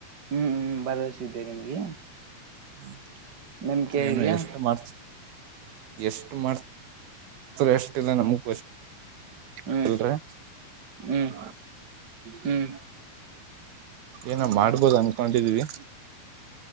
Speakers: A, on the right; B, on the right.
A: ಹ್ಮ್ ಹ್ಮ್ ಭರವಸಿದ್ದೆ ನಿಮ್ಗೆ
B: ಹ್ಮ
A: ನಂಬಿಕೆ
B: ಏನು
A: ಇದೆಯಾ
B: ಎಷ್ಟ ಮಾಡ್ತ ಎಷ್ಟು ಮಾಡ್ತ ಎಷ್ಟಲ್ಲ ನಮಗ್
A: ಹ್ಮ್
B: ಗೊತ್ತಿಲ್ರಿ
A: ಹ್ಮ್ ಹ್ಮ್
B: ಏನ ಮಾಡ್ಬೋದು ಅನ್ಕೊಂಡಿದೀವಿ